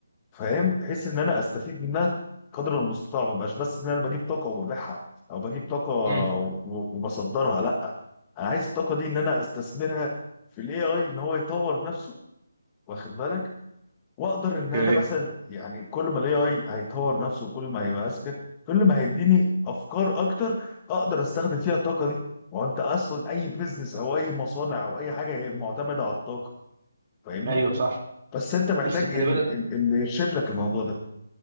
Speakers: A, on the left; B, on the right.
A: فاهم بحيث ان انا استفيد منها قدر المستطاع ما بقاش بس ان انا بجيب طاقه وببيعها او بجيب طاقه و-
B: مم.
A: وبصدرها لا انا عايز الطاقه دي ان انا استثمرها في الاي اي ان هو يطور نفسه واخد بالك واقدر ان انا
B: اوكي
A: مثلا يعني كل ما الاي اي هيطور نفسه وكل ما هيبقى اذكى كل ما هيديني افكار اكتر اقدر استخدم فيها الطاقه دي وانت اصلا اي بيزنس او اي مصانع او اي حاجه هي معتمده على الطاقه فاهمني
B: ايوه صح
A: بس انت محتاج
B: بس خلي
A: ال-
B: بالك
A: ال- اللي يرشد لك الموضوع ده